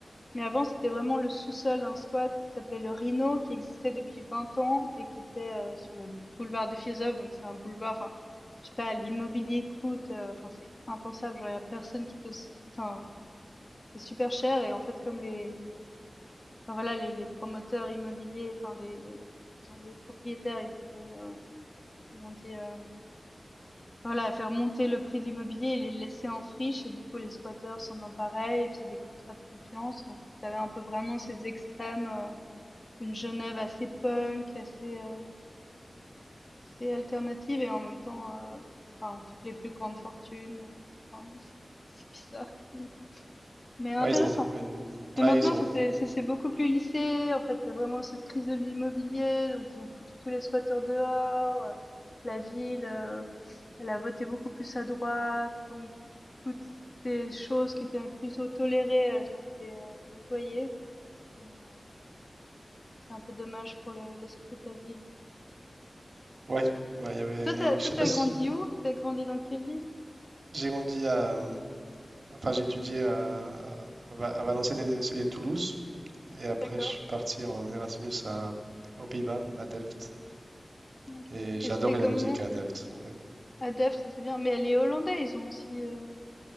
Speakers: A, on the left (about 35°); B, on the right (about 70°).
A: Mais avant, c'était vraiment le sous-sol d'un squat qui s'appelait le Rhino, qui existait depuis 20 ans et qui était euh, sur le boulevard des philosophes Donc, c'est un boulevard, enfin, je sais pas, l'immobilier coûte, euh, enfin, c'est impensable. Genre, il y a personne qui peut, s- enfin, c'est super cher. Et en fait, comme les, enfin, voilà, les, les promoteurs immobiliers, enfin, les, les, disons, les propriétaires, ils voulaient, euh, comment on dit, euh, voilà, faire monter le prix de l'immobilier et les laisser en friche. Et du coup, les squatteurs s'en emparaient. Ils faisaient des contrats de confiance. Donc, tu avais un peu vraiment ces extrêmes, euh, une Genève assez punk, assez, heu, assez alternative et en même temps, heu, enfin toutes les plus grandes fortunes, heu, enfin <laughs> c'est bizarre, oui, mais intéressant.
B: Ouais, ils ont, mais-
A: Mais
B: ouais,
A: maintenant
B: ils ont,
A: ça c'est ça c'est beaucoup plus lissé, en fait, il y a vraiment cette crise de l'immobilier, donc ils ont foutu tous les squatteurs dehors, heu, la ville, heu, elle a voté beaucoup plus à droite, donc toutes ces choses qui étaient plutôt tolérées, elles ont été, heu, nettoyées et heu, c'est un peu dommage pour le l'esprit de la ville.
B: ouais,
A: Ouais.
B: ouais, il y avait,
A: Toi, t'as toi,
B: je sais
A: t'as
B: pas si,
A: grandi où? t'as grandi dans quelle ville?
B: j'ai grandi à, enfin, j'ai étudié à, à Va- à Valenciennes et, et Toulouse, et après
A: D'accord.
B: je suis parti en Erasmus à, aux Pays-Bas, à Delft,
A: OK.
B: et
A: Et
B: j'ai
A: c'était
B: adoré
A: comment?
B: la musique à Delft. Ouais,
A: À Delft, ça c'est bien. Mais les Hollandais, ils ont aussi. Euh...